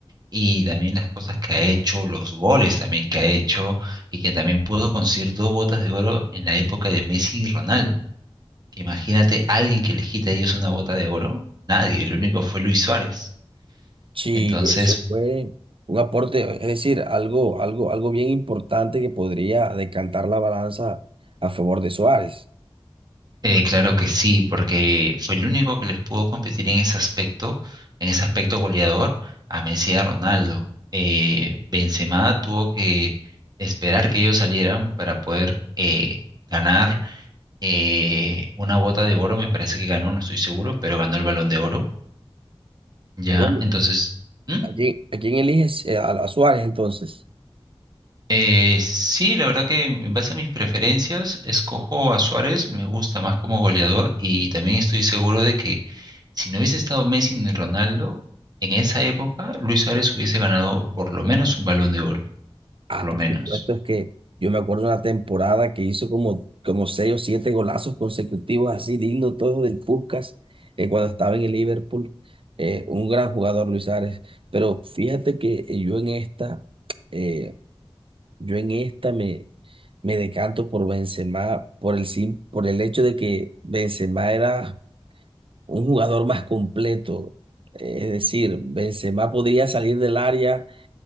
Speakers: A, on the right (about 40°); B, on the right (about 60°).
A: y también las cosas que ha hecho, los goles también que ha hecho y que también pudo conseguir dos botas de oro en la época de Messi y Ronaldo. Que Imagínate alguien que les quita a ellos una bota de oro, nadie, el único fue Luis Suárez.
B: sí,
A: Entonces,
B: eso fue un aporte, es decir, algo, algo, algo bien importante que podría decantar la balanza a favor de Suárez.
A: eh, claro que sí, porque fue el único que les pudo competir en ese aspecto, en ese aspecto goleador a Messi y a Ronaldo. Eh, Benzema tuvo que esperar que ellos salieran para poder eh, ganar eh, una bota de oro, me parece que ganó, no estoy seguro, pero ganó el Balón de Oro, ¿ya?
B: Bueno,
A: Entonces, ¿Mm?
B: ¿a quién, a quién eliges? Eh, a, a Suárez entonces.
A: eh, sí, la verdad que en base a mis preferencias, escojo a Suárez, me gusta más como goleador y también estoy seguro de que si no hubiese estado Messi ni Ronaldo, en esa época Luis Suárez hubiese ganado por lo menos un Balón de Oro,
B: Ah,
A: por lo
B: por
A: menos.
B: supuesto, es que yo me acuerdo una temporada que hizo como, como seis o siete golazos consecutivos, así digno todo del Puskás, eh, cuando estaba en el Liverpool. Eh, un gran jugador, Luis Suárez. Pero fíjate que eh, yo en esta, eh, yo en esta me, me decanto por Benzema, por el, sim- por el hecho de que Benzema era un jugador más completo. Eh, es decir, Benzema podría salir del área